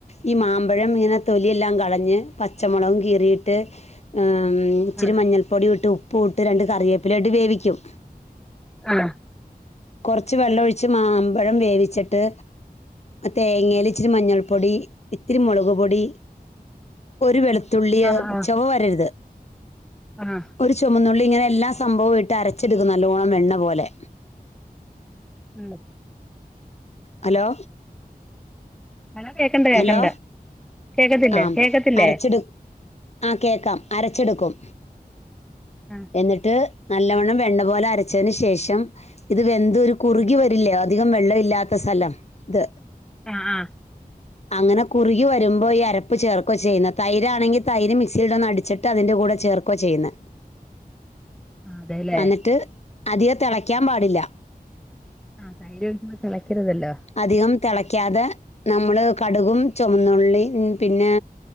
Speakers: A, on the left (about 45°); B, in the centre.
A: ഈ മാമ്പഴം ഇങ്ങനെ തൊലിയെല്ലാം കളഞ്ഞ് പച്ചമുളകും കീറിയിട്ട് ആം ഇച്ചിരി
B: ആഹ്
A: മഞ്ഞൾപ്പൊടി ഇട്ട് ഉപ്പ് ഇട്ട് രണ്ട് കറിവേപ്പില ഇട്ട് വേവിക്കും
B: ആഹ്
A: കൊർച്ച് വെള്ളൊഴിച്ച് മാമ്പഴം വേവിച്ചിട്ട് തേങ്ങേല് ഇച്ചരി മഞ്ഞൾ പൊടി ഇത്തിരി മുളക് പൊടി ഒരു വെളുത്തുള്ളിയ
B: ആഹ് ആഹ്
A: ചുവ വരരുത്
B: ആഹ്
A: ഒരു ചുമന്നുള്ളി ഇങ്ങനെ എല്ലാ സംഭവവും ഇട്ട് അരച്ചെടുക്കും നല്ലോണം വെണ്ണ പോലെ
B: ഉം
A: ഹലോ
B: ഹലോ കേക്കണ്ട് കേക്കണ്ട്
A: ഹലോ
B: കേക്കത്തില്ലേ
A: ആം
B: കേക്കത്തില്ലേ
A: അരച്ച്ട് ആ കേക്കാം അരച്ചെടുക്കും
B: ആഹ്
A: എന്നിട്ട് നല്ലവണ്ണം വെണ്ണ പോലെ അരച്ചതിന് ശേഷം ഇത് വെന്ത് ഒരു കുറുകി
B: ആഹ്
A: വരില്ലേ അത് അധികം വെള്ളം ഇല്ലാത്ത സ്ഥലം ത്
B: ആഹ് ആഹ്
A: അങ്ങനെ കുറുകി വരുമ്പോ ഈ അരപ്പ് ചേർക്കോ ചെയ്യുന്ന തൈരാണെങ്കി തൈര് മിക്സിയുടെ ഒന്ന് അടിച്ചിട്ട് ട്ട് അതിന്റെ കൂടെ ചേർക്കുവ ചെയ്യുന്നെ
B: അതെല്ലേ
A: എന്നിട്ട് അധികം തിളക്കാൻ പാടില്ല
B: ആഹ് തൈര് തിളക്കരുതല്ലോ
A: അധികം തിളക്കാതെ നമ്മള് കടുകും ചുമന്നള്ളി പിന്നെ